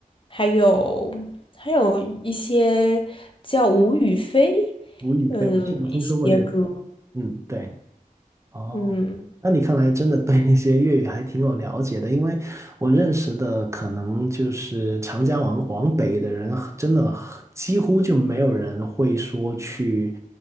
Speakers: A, on the left; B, on the right.
A: 还有还有一些叫吴雨霏，
B: 吴雨霏，
A: 嗯，
B: 我听我听说过这个，
A: 一些歌，
B: 嗯，对。哦，
A: 嗯。
B: 那你看来真的对那些粤语还挺有了解的，因为我认识的可能就是长江往往北的人，真的几乎就没有人会说去